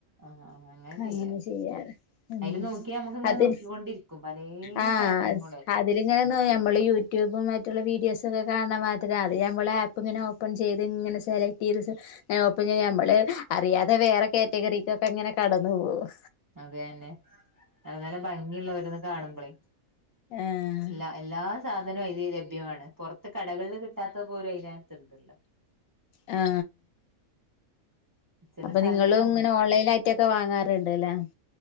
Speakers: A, on the right (about 25°); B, on the left (about 80°).
A: ആ ചെയ്യാ
B: അങ്ങനെ ചെയ്യാറ് ഹാ
A: അതില് നോക്കിയാ നമുക്ക് ഇങ്ങനെ
B: അതിന്
A: നോക്കിക്കൊണ്ടിരിക്കും പലേ
B: ആ
A: സാധനങ്ങളല്ലേ
B: ആ അതില് ഇങ്ങനെ നമ്മള് യൂട്യൂബും മറ്റുള്ളീ വീ വീഡിയോസൊക്കെ കാണ് ണ മാരിതന്നെ അത് നമ്മൾ ആപ്പ് ഇങ്ങനെ ഓപ്പൺ ചെയ്ത് ഇങ്ങനെ സെലക്ട് ചെയ്ത്ങ്ങെ ഓപ്പൺ ചെയ്ത് നമ്മൾ.. അറിയാതെ വേറെ കാറ്റഗറിക്കൊക്കെ ഇങ്ങനെ കടന്നു പോവും..
A: അത് തന്നെ നല്ല നല്ല ഭംഗിയുള്ളോരോന്ന് കാണുമ്പോളേ
B: ആഹ്
A: എല്ലാ എല്ലാ സാധ അതിനതു ലഭ്യമാണ് പുറത്ത് കടകളിൽ കിട്ടാത്ത പോലും അതിനകത്തുണ്ടല്ലോ.
B: ആ
A: ചില
B: അപ്പൊ
A: സാധനങ്ങൾ
B: നിങ്ങളും
A: കാണാൻ
B: ഇങ്ങനെ ഓൺലൈനായിട്ടൊക്കെ വാങ്ങാറുണ്ട് അല്ലേ.